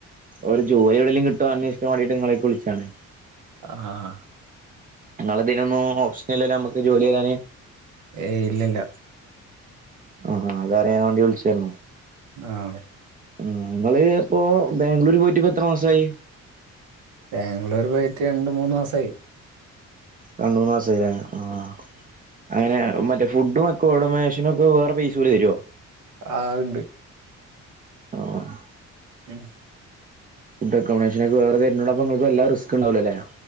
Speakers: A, on the right; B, on the right.
A: ഒരു ജോലി എവിടെേകിലും കിട്ടോ അന്വേഷിക്കൻ വേണ്ടീയിട്ട് നിങ്ങളേക്ക് വിളിച്ചാണ്
B: ആ ഹ ഹ
A: നിങ്ങൾ പിന്നൊന്നും ഓപ്ഷന ഇല്ലല്ല നമ്മുക്ക് ജോലി തെരന്ന്
B: ഏയ് ഇല്ലില്ല
A: ആഹ്ഹ അതറിയാവേണ്ടി വിളിച്ചായിരുന്നു
B: ആഹ്
A: ആഹ് ഇങ്ങള് ഇപ്പൊ ബാംഗ്ലൂര് പോയിട്ട് ഇപ്പൊ എത്ര മാസായി
B: ബാംഗ്ലൂർ പോയിട്ട് രണ്ട് മൂന്ന് മാസായി
A: രണ്ടൂന്ന്മാസായി ല്ലെ ആഹ് അയ്നെ മറ്റേ ഫുഡും അക്കോമടമേഷനും ഒക്കെ വേറെ പൈസ കൂടി തരോ
B: ആ ഇൻഡ്
A: ആഹ്
B: ഉം
A: ഫുഡ് അക്കോമഡേഷനെക്കെ വേറെതരുന്നൂണ്ട് പ്പ ഇങ്ങൾക്ക് വല്ലാ റിസ്ക് ഇണ്ടാവില്ലല്ലേ